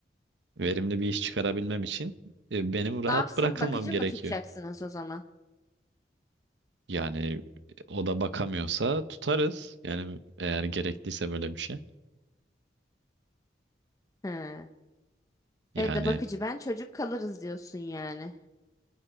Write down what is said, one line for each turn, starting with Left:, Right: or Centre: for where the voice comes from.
Right: verimli bir iş çıkarabilmem için e, benim rahat
Left: ne yapsın?
Right: bırakılmam
Left: Bakıcı
Right: gerekiyor.
Left: mı tutacaksınız o zaman?
Right: Yani e, o da bakamıyorsa tutarız. Yani eğer gerekliyse böyle bir şey.
Left: He.
Right: Yani
Left: Evde bakıcı ben çocuk kalırız diyorsun yani.